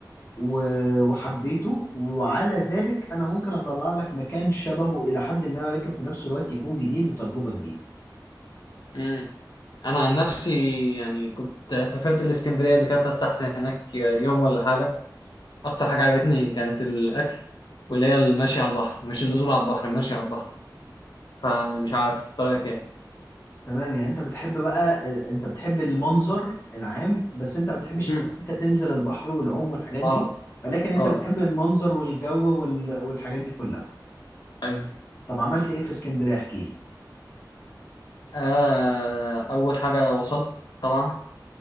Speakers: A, on the left; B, on the left.
A: و... وحبيته وعلى ذلك انا ممكن اطلع لك مكان شبهه الى حد ما ولكن في نفس الوقت يكون جديد وتجربه جديده
B: امم أنا عن نفسي يعني كنت سافرت الإسكندرية قبل كده فسحت هناك يوم ولا حاجة أكتر حاجة عجبتني كانت الأكل واللي هي المشي على البحر مش النزول على البحر المشي على البحر فمش عارف طريقك إيه
A: تمام يعني انت بتحب بقى ال- انت بتحب المنظر العام بس انت ما بتحبش
B: امم
A: ان انت تنزل البحر والعوم والحاجات دي
B: اه
A: ولكن انت
B: اه
A: بتحب المنظر والجو وال... والحاجات دي كلها
B: ايوه
A: طب عملت ايه في اسكندرية احكي لي
B: آه، أول حاجة وصلت طبعا